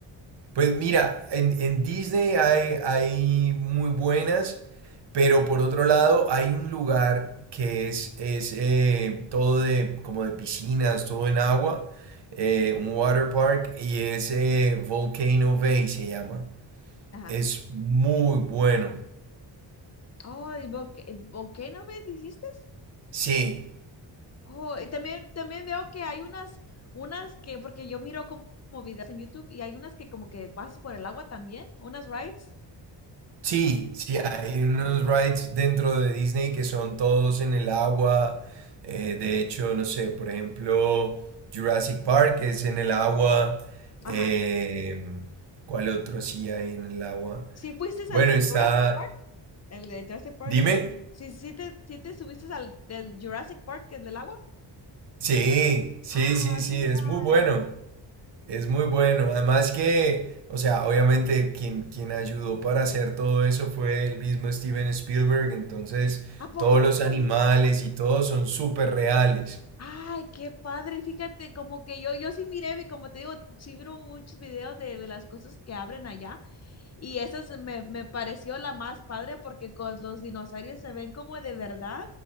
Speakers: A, on the right; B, on the left.
A: Pues mira, en, en Disney hay, hay muy buenas, pero por otro lado hay un lugar que es, es eh, todo de, como de piscinas, todo en agua, eh, un water park, y es eh, Volcano Bay se llama.
B: Ajá.
A: Es muy bueno.
B: Oh, ¿y Boque- Volcano me dijiste?
A: Sí,
B: Oh, y también, también veo que hay unas, unas que, porque yo miro como, como videos en YouTube y hay unas que como que pasas por el agua también, unas rides.
A: Sí, sí, hay unos rides dentro de Disney que son todos en el agua. Eh, de hecho, no sé, por ejemplo, Jurassic Park es en el agua. Em,
B: Ajá.
A: ¿cuál otro sí hay en el agua?
B: ¿Sí fuiste
A: Bueno,
B: al de
A: está...
B: Jurassic Park? El de Jurassic Park.
A: Dime.
B: Sí, sí sí te, sí te subiste al del Jurassic Park, el del agua.
A: Sí, sí,
B: Ah,
A: sí, sí,
B: mira.
A: es muy bueno. Es muy bueno. Además que, o sea, obviamente quien, quien ayudó para hacer todo eso fue el mismo Steven Spielberg. Entonces,
B: ¿A poco
A: todos
B: no
A: los animales
B: sabía?
A: y todo son súper reales.
B: Ay, qué padre. Fíjate, como que yo, yo sí miré, vi- como te digo, sí vi muchos videos de, de las cosas que abren allá. Y esa se me, me pareció la más padre porque con los dinosaurios se ven como de verdad.